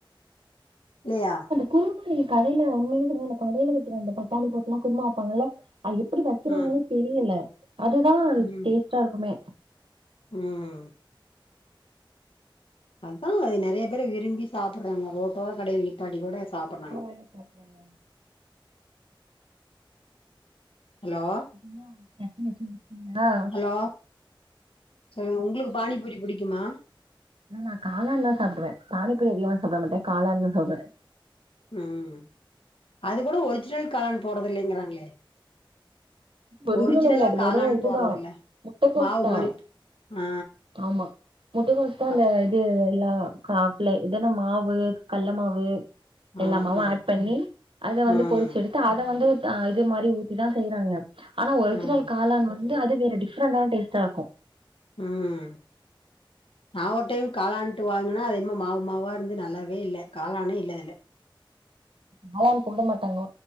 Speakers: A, on the left; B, on the right.
A: இல்லயா
B: குருபமா நீங்க கடையில உண்மையிலேங்க அ இந்த கடையில வைக்கிற அந்த பட்டானி போட்டு எல்லா குருமா வைப்பாங்கல்ல அது எப்டி வக்கிறாங்கனே
A: ம்
B: தெரியல அதுதா
A: ம்
B: டேஸ்ட்டா இருக்குமே
A: ம் அதா நெறைய பேரு விரும்பி சாப்பர்றாங்க ரோட் ஓர கடையில நிப்பாட்டி குட சாப்பட்றாங்க
B: என்ன‌ சாப்பறாங்க
A: ஹலோ
B: இன்னும் சட்னி வச்சு முடிச்சீங்களா
A: ஹலோ சொல்லுங்க உங்களுக்கு பானிபூரி பிடிக்குமா
B: ந நான் காளான் த சாப்டுவேன் பானிபூரி அதிகமா சாப்பிட மாட்டேன் காளான்னா சாப்படுவேன்
A: ம் அது கூட ஒரிஜினல் காளான் போறது இல்லைங்கிறாங்களே
B: ஒரிஜினல்
A: ஒரிஜினலா
B: இல்ல அது
A: காளான்
B: வெறும் இதுதான்
A: போறது இல்ல
B: முட்டைக்கோஸ்
A: மாவு
B: தான்
A: மாரி ஆ
B: ஆமா முட்டக்கோஸ் தா
A: க
B: அந்த இது எல்லா காப்பிள்ள இதன்னா மாவு கல்ல மாவு
A: ஆ
B: எல்லாமாவு
A: ஆ
B: அட் பண்ணி அத வந்து
A: ம்
B: பொரிச்சு எடுத் து அத வந்து த இது மாரி ஊத்திதா செய்றாங்க ஆனா ஒரிஜினல்
A: ம்
B: காளான் வந் இங்க அது வேற டிஃப்ரண்டான டேஸ்டா இருக்கு
A: ம் நான் ஒரு டைம் காளாண்டுட்டு வாங்கன்னா அது என்மோ மாவு மாவா வந்து நல்லாவே இல்ல காளானே இல்ல அதுல
B: காளான் போட மாட்டாங்க